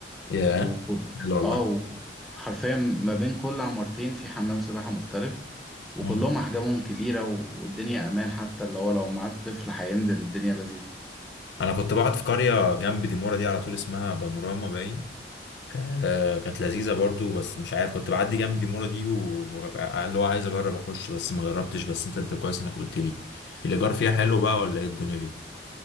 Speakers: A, on the left; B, in the centre.
A: ياه
B: وكل
A: حلو والله
B: اه و- وحرفيا ما بين كل عمارتين في حمام سباحة مختلف وكلهم
A: مم.
B: أحجامهم كبيرة و- والدنيا أمان حتى اللي هو لو معاك طفل هينزل الدنيا لذيذة
A: انا كنت بقعد في قرية جنب ديمورا دي على طول اسمها بانوراما باين آه كانت لذيذة برضو بس مش عارف كنت بعدي جنب ديمورا دي وببقى اللي هو عايز أجرب أخش بس ما جربتش بس أنت أنت كويس إنك قلت لي الإيجار فيها حلو بقى ولا إيه الدنيا دي؟